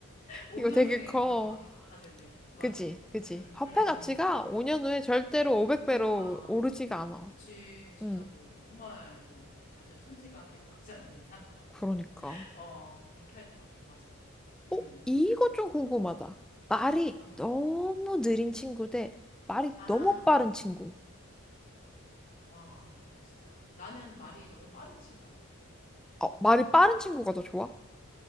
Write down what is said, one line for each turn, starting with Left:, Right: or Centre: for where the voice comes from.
Left: 5년
Centre: 이거 되게
Left: 후에
Centre: 커.
Left: 500억 받겠, 받을래. 맞아.
Centre: 그지, 그지.
Left: 응,
Centre: 화폐
Left: 응,
Centre: 가치가
Left: 응.
Centre: 5년 후에 절대로 500배로
Left: 그니까.
Centre: 오르지가 않아.
Left: 그치. 진짜
Centre: 응,
Left: 뭐, 정말, 어, 완전 천지가 개벽하지 않는 이상, <laughs>
Centre: 그러니까.
Left: 어, 이렇게 할 것 같아. 맞아. 음,
Centre: 어? 이거 좀 궁금하다. 말이
Left: 어떤 거?
Centre: 너무 느린 친구 대 말이
Left: 아,
Centre: 너무 빠른 친구.
Left: 와, 이거 진짜. 나는 말이 너무 빠른 친구 할래.
Centre: 어, 말이 빠른 친구가 더 좋아?